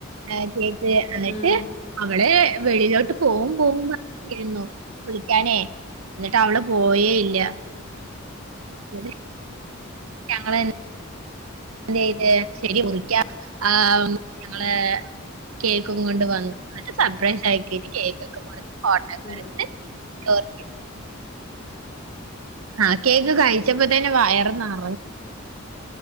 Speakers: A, on the right; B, on the left.
A: ഏ കേക്ക് എന്നിട്ട്
B: ഉം
A: അവള് വെളിയിലോട്ട് പോവും പോവും പറഞ്ഞിര്ന്നു വിളിക്കാനേ എന്നിട്ട് അവള് പോയേ ഇല്ല ഇന്നെട്ട് ഞങ്ങളെൻ
B: ഞങ്ങളെ
A: എന്തെയ്തെ ശെരി മുറിക്കാ ആ ഞങ്ങള് കേക്കും കൊണ്ട് വന്നു ഇന്നെട്ട് സർപ്രൈസ് ആക്കീട്ട് കേക്കൊക്കെ മുറി ഫോട്ടോക്കെ എട്ത്ത്
B: ഉം
A: ചോറ് ആഹ് കേക്ക് കഴിച്ചപ്പോ തന്നെ വയറ് നറ